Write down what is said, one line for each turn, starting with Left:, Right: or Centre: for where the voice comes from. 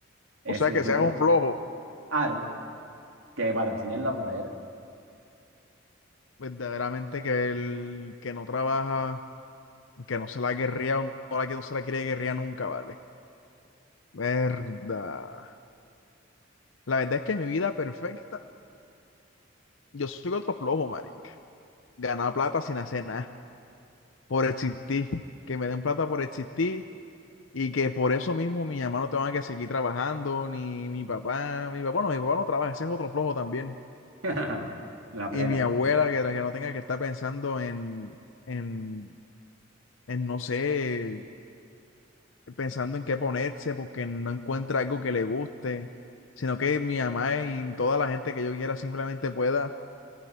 Right: Eso
Left: O sea,
Right: yo
Left: que seas
Right: creo,
Left: un flojo,
Right: Aro, que me patrocinen la florera,
Left: verdaderamente que el que no trabaja, que no se la guerría, o no la que no se la quiere guerría nunca, ¿vale? Verdad. La verdad es que mi vida perfecta, yo soy otro flojo, marica. Ganar plata sin hacer nada, por existir. Que me den plata por existir y que por eso mismo mi mamá no tenga que seguir trabajando, ni mi papá, mi papá, no, mi papá no trabaja, ese es otro flojo también.
Right: <laughs> la plena.
Left: Y mi abuela, que, que no tenga que estar pensando en, en, en, no sé, pensando en qué ponerse porque no encuentra algo que le guste, sino que mi mamá y toda la gente que yo quiera simplemente pueda